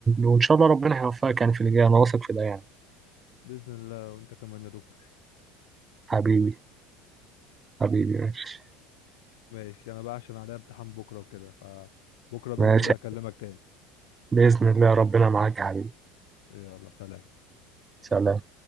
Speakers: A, on the right; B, on the left.
A: وإن شاء الله ربنا هيوفقك يعني في اللي جاي أنا واثق في ده يعني
B: بإذن الله وأنت كمان يا دكتور
A: حبيبي حبيبي ماشي
B: ماشي أنا بقى عشان عليا امتحان بكرة وكده فبكرة بإذن
A: ماشي
B: الله أكلمك تاني
A: بإذن الله ربنا معاك يا حبيبي
B: يلا سلام
A: سلام